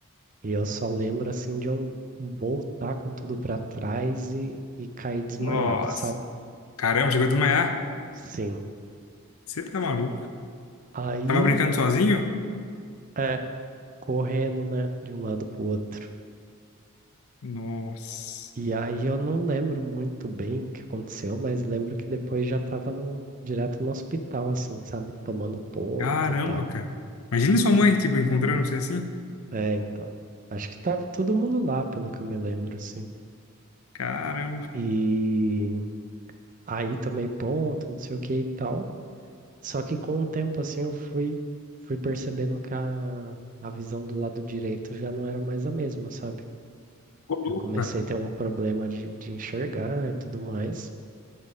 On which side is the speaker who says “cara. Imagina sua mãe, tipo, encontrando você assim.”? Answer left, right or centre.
Left